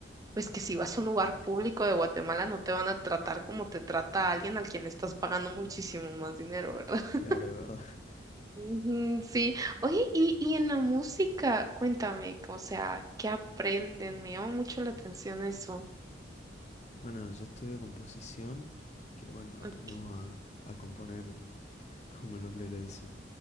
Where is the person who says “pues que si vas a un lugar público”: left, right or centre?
Right